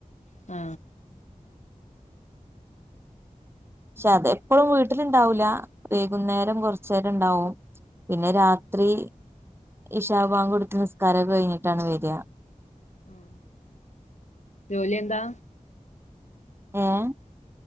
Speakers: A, on the left (about 60°); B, on the right (about 15°).
A: ആ
B: ക്ഷതെ എപ്പോഴും വീട്ടിലുണ്ടാവൂല വൈകുന്നേരം കുറച്ച് നേരം ഇണ്ടാകും പിന്നെ രാത്രി ഇശാ ബാങ്ക് കൊടുത്ത് നിസ്‌കാരം ഒക്കെ കഴിഞ്ഞിട്ടാണ് വരാ.
A: ഉം ജോലി എന്താ?
B: ഏഹ്